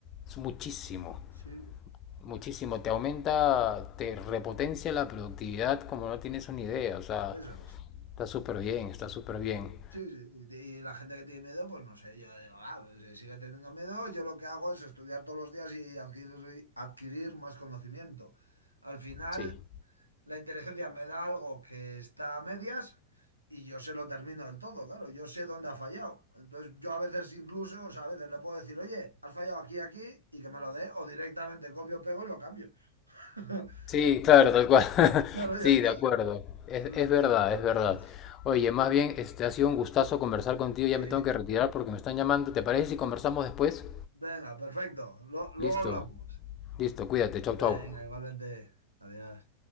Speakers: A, on the left; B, on the right.
A: es muchísimo,
B: Sí,
A: muchísimo, te aumenta, te repotencia la productividad como no tienes una idea, o sea,
B: eso es.
A: está súper bien, está súper bien,
B: Sí, sí, y la gente que tiene miedo, pues no sé, yo digo, ah, pues si sigue teniendo miedo, yo lo que hago es estudiar todos los días y adquirir, adquirir más conocimiento. Al final,
A: sí.
B: la inteligencia me da algo que está a medias y yo se lo termino del todo, claro, yo sé dónde ha fallado. Entonces, yo a veces incluso, o sea, a veces le puedo decir, oye, has fallado aquí, aquí, y que me lo dé, o directamente copio, pego y lo cambio. <laughs>
A: Sí, claro, tal cual. <laughs>
B: Claro, ya
A: Sí,
B: está.
A: de acuerdo. Es,
B: Sí, es
A: es
B: que...
A: verdad, es verdad.
B: es-
A: Oye, más bien, este ha sido un gustazo conversar contigo.
B: Sí,
A: Ya me tengo que retirar porque me están llamando. ¿Te parece si conversamos después?
B: venga, perfecto. Lo- luego
A: Listo,
B: hablamos.
A: listo, cuídate, chau,
B: Venga,
A: chau.
B: igualmente. Adiós.